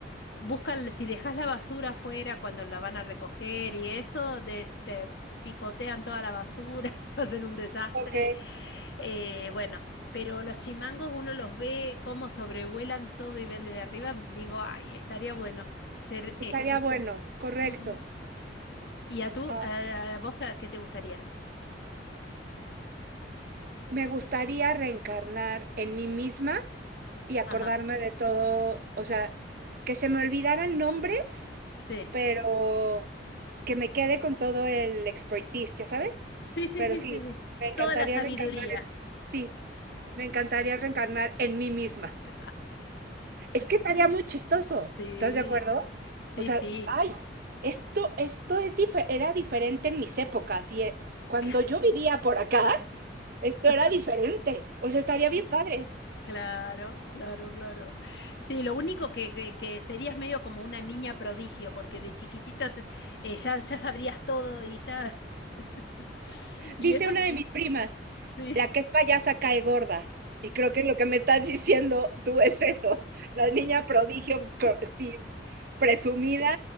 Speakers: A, on the left (about 65°); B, on the right (about 55°).
A: Buscan, si dejas la basura afuera cuando la van a recoger y eso, de este, picotean toda la basura, <laughs> hacen un desastre.
B: Ok,
A: Eh, bueno, pero los chimangos uno los ve cómo sobrevuelan todo y ven desde arriba. Digo, ay, estaría bueno ser
B: estaría
A: eso.
B: bueno, correcto.
A: Ujú. ¿Y a tú,
B: Uh,
A: a a vos qué qué te gustaría?
B: me gustaría reencarnar en mí misma y acordarme
A: Ajá,
B: de todo, o sea, que se me olvidaran nombres,
A: sí.
B: pero que me quede con todo el expertise, ya sabes.
A: Sí, sí,
B: Pero
A: sí,
B: sí,
A: sí, sí.
B: me encantaría
A: Toda la sabiduría.
B: reencarnar en, sí, me encantaría reencarnar en mí
A: <laughs>
B: misma. Es que estaría muy chistoso,
A: Sí,
B: ¿estás de acuerdo?
A: sí,
B: O sea,
A: sí.
B: ay, esto, esto es dife- era diferente en mis épocas y eh, cuando
A: <laughs>
B: yo vivía por acá, esto era diferente. O sea, estaría bien padre.
A: Claro, claro, claro. Sí, lo único que, que, que serías medio como una niña prodigio, porque de chiquitita te- eh, ya, ya sabrías todo y ya... <laughs> Y
B: Dice
A: eso,
B: una de mis primas,
A: sí,
B: la que es payasa cae gorda. Y creo que lo que me estás diciendo tú es eso, la niña prodigio cro- sí, presumida